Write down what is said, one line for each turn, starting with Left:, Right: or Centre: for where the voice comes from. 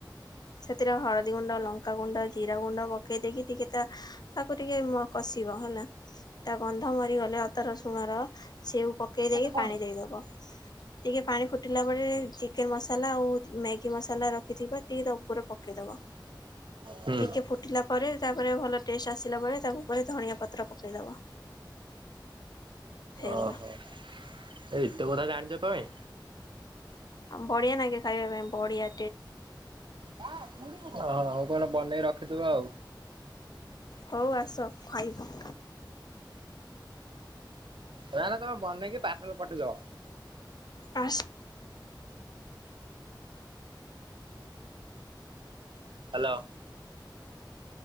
Left: ସେଥିରେ ହଳଦୀ ଗୁଣ୍ଡ, ଲଙ୍କାଗୁଣ୍ଡ, ଜିରା ଗୁଣ୍ଡ, ପକେଇ ଦେଇକି ଟିକେ ତା ତାକୁ ଟିକେ ମ କଷିବ ହେଲା। ତା ଗନ୍ଧ ମରିଗଲେ ଅଦା ରସୁଣର ସେଉ ପକେଇ ଦେଇକି
Right: ହୁଁ।
Left: ପାଣି ଦେଇଦବ। ଟିକେ ପାଣି ଫୁଟିଲା ବେଳେ ଚିକେନ ମସଲା ଆଉ ମ୍ୟାଗି ମସଲା ରଖିଥିବା ଟିକେ ତ ଉପରେ ପକେଇଦବ।
Right: ହୁଁ
Left: ଟିକେ ଫୁଟିଲାପ ପରେ ତା ପରେ ଭଲ ଟେଷ୍ଟ ଆସିଲା ପରେ ତା ଉପରେ ଧଣିଆ ପତ୍ର ପକେଇଦବ। ହେଇଗଲା
Right: ଓହୋ ଏତେ କଥା ଜାଣିଚ ତମେ?
Left: ଆ ବଢିଆ ନାଗେ ଖାଇବା ପାଇଁ ବଢିଆ।
Right: ହଁ ହ ହଉ ଆପଣ ବନେଇ ରଖିଥିବ ଆଉ।
Left: ହଉ ଆସ ଖାଇବ।
Right: ନା ନା ତମେ ବନେଇକି ପାର୍ସଲ ପଠେଇଦବ।
Left: Pass
Right: hello.